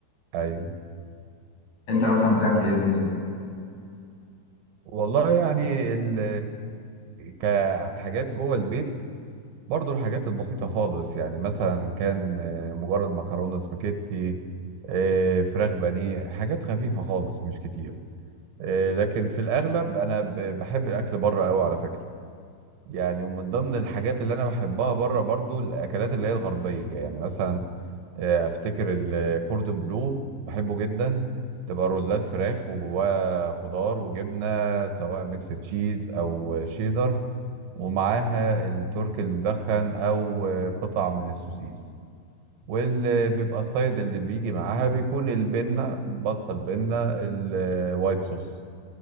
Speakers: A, on the right; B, on the left.
A: ايوه
B: انت مثلا بتعمل ايه ممكن
A: والله يعني ال كحاجات جوه البيت برضو الحاجات البسيطة خالص يعني مثلا كان آه، مجرد مكرونة سباكيتي آه، فراخ بانيه حاجات خفيفة خالص مش كتير آه، لكن في الأغلب أنا ب- بحب الأكل بره أوي على فكرة يعني ومن ضمن الحاجات اللي أنا بحبها بره برضو الأكلات اللي هي الغربية يعني مثلا آه، افتكر الكوردون بلو بحبه جدا تبقى رولات فراخ وجواها خضار وجبنه سواء ميكس تشيز او شيدر ومعاها الترك المدخن او آه، قطع من السوسيس واللي بيبقى السايد اللي بيجي معاها بيكون البنه الباستا البنه الوايت صوص